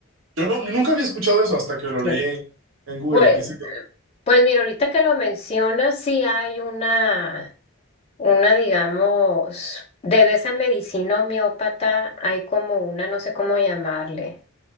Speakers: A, on the right (about 65°); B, on the left (about 25°).
A: Yo, no, yo nunca había escuchado eso hasta que lo
B: Sí.
A: leí en Google.
B: Pues,
A: Dice que...
B: pues mira, ahorita que lo mencionas, sí hay una, una, digamos, de de esa medicina homeópata hay como una, no sé cómo llamarle.